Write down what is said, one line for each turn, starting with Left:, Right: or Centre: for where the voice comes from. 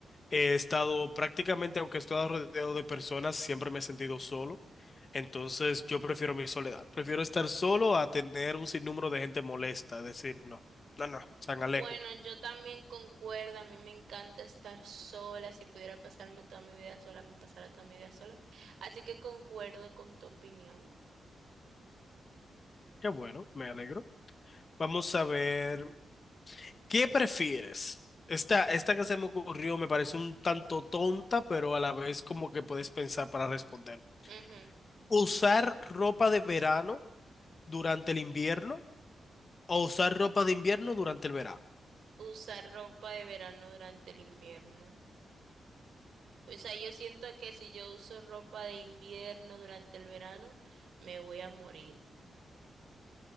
Left: he estado prácticamente, aunque he estado rodeado de personas, siempre me he sentido solo. Entonces yo prefiero mi soledad. Prefiero estar solo a tener un sinnúmero de gente molesta. Decir, no, no, no, San
Right: Bueno,
Left: Alejo.
Right: yo también concuerdo, a mí me encanta estar sola, si pudiera pasarme toda mi vida sola, me pasara toda mi vida sola. Así que concuerdo con tu opinión.
Left: Qué bueno, me alegro. Vamos a ver, ¿qué prefieres? Esta, esta que se me ocurrió me parece un tanto tonta, pero a la vez como que puedes pensar para responder.
Right: Ujú.
Left: ¿Usar ropa de verano durante el invierno o usar ropa de invierno durante el verano?
Right: Usar ropa de verano durante el invierno. O sea, yo siento que si yo uso ropa de invierno durante el verano, me voy a morir.